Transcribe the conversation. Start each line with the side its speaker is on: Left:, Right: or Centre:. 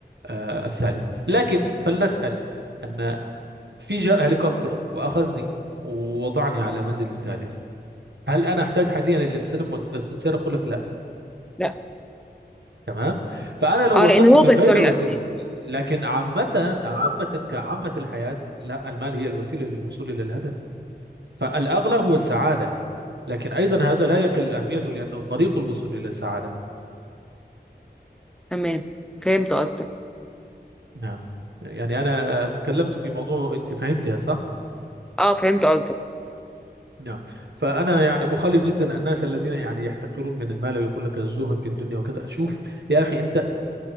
Right: آه، الثالث لكن فلنسأل أن في جاء هليكوبتر وأخذني ووضعني على منزل الثالث هل أنا أحتاج حاليا للسلم والأسانسير أقول لك لا
Centre: لا
Right: تمام فانا لو
Centre: اه لان
Right: وصلت
Centre: هو
Right: بغير
Centre: جت طريقه
Right: الوسيله
Centre: جديده
Right: لكن عامه عامه كعامه الحياه لا المال هي الوسيله للوصول الى الهدف فالاغلى هو السعاده لكن ايضا هذا لا يقل اهميته لانه طريق الوصول الى السعاده
Centre: تمام فهمت قصدك
Right: نعم يعني انا تكلمت في موضوع انت فهمتها صح
Centre: اه فهمت قصدك
Right: نعم فانا يعني اخالف جدا الناس الذين يعني يحتقرون من المال ويقول لك الزهد في الدنيا وكذا شوف يا اخي انت